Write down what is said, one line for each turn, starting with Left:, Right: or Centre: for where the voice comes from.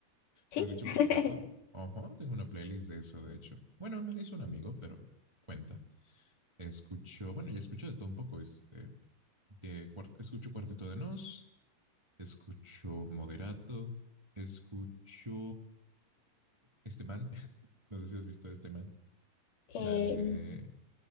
Left: ¿Sí?
Right: Escucho
Left: <laughs>
Right: un poquito de todo. Ajá, tengo una playlist de eso, de hecho. Bueno, me la hizo un amigo, pero cuenta. Escucho, bueno, yo escucho de todo un poco. Este, de cuart- escucho Cuarteto de Nos, escucho Moderato, escucho este man. <laughs> No sé si has visto a este man.
Left: Eh,
Right: La de.